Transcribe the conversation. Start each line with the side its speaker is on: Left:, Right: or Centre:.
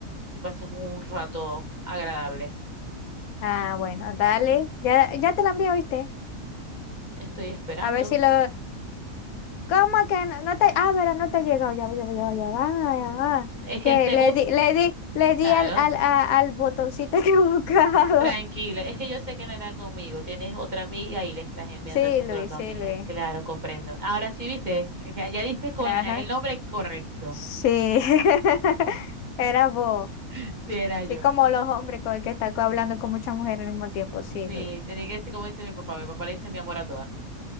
Right: y pasemos un rato agradable.
Left: Ah, bueno, dale, ya, ya te la envío, ¿viste?
Right: Estoy esperando.
Left: A ver si lo, ¿Cómo que no, no te, ah, pero no te ha llegado? Ya, va, ya, va, ya, va, ya, va, ya va.
Right: Es
Left: Que
Right: que seguro,
Left: le di, le di, le di
Right: claro,
Left: al, al, a- al botoncito <laughs> equivocado.
Right: tranquila. Es que yo sé que no era conmigo. Tienes otra amiga y le estás enviando
Left: Sí,
Right: a esa otra
Left: Luis,
Right: tu
Left: sí,
Right: amiga.
Left: Luis.
Right: Es Claro, comprendo. Ahora sí, viste, ya, ya diste con
Left: Ajá.
Right: la- el nombre correcto.
Left: Sí. <laughs> Era vos.
Right: <laughs> Sí, era
Left: Sí,
Right: yo.
Left: como los hombres con el que está hablando con muchas mujeres al mismo tiempo. Sí,
Right: Sí,
Left: Luis.
Right: tenía que decir como dice mi papá. Mi papá le dice mi amor a todas.